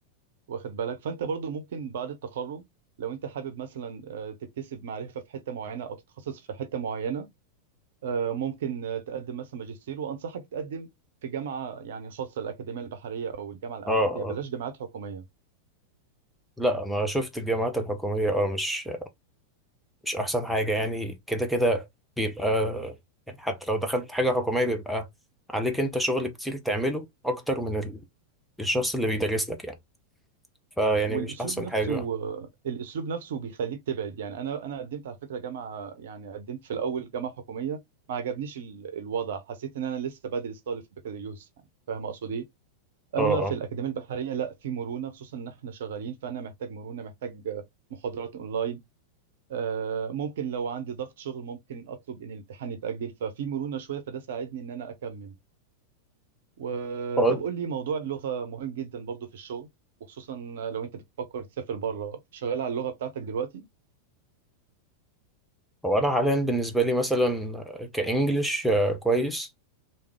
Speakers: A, on the right; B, in the centre.
A: واخد بالك فانت برضو ممكن بعد التخرج لو انت حابب مثلا آه، تكتسب معرفه في حته معينه او تتخصص في حته معينه آه، ممكن آه، تقدم مثلا ماجستير وانصحك تقدم في جامعه يعني خاصه الاكاديميه البحريه او الجامعه الامريكيه
B: اه
A: بلاش جامعات حكوميه
B: لا انا شفت الجامعات الحكوميه اه مش مش احسن حاجه يعني كده كده بيبقى يعني حتى لو دخلت حاجه حكوميه بيبقى عليك انت شغل كتير تعمله اكتر من ال- الشخص اللي بيدرس لك يعني فيعني
A: والاسلوب
B: مش احسن
A: نفسه
B: حاجه اه
A: الاسلوب نفسه بيخليك تبعد يعني انا انا قدمت على فكره جامعه يعني قدمت في الاول جامعه حكوميه ما عجبنيش ال- الوضع حسيت ان انا لسه بدرس طالب في بكالوريوس يعني فاهم اقصد ايه اما
B: اه
A: في الاكاديميه البحريه لا في مرونه خصوصا ان احنا شغالين فانا محتاج مرونه محتاج محاضرات اونلاين آه، ممكن لو عندي ضغط شغل ممكن اطلب ان الامتحان يتاجل ففي مرونه شويه فده ساعدني ان انا اكمل وطب
B: هو
A: قول لي موضوع اللغة مهم جدا برضو في الشغل وخصوصا لو انت بتفكر تسافر بره شغال على اللغة بتاعتك دلوقتي
B: هو انا حاليا بالنسبه لي مثلا كانجليش آه، كويس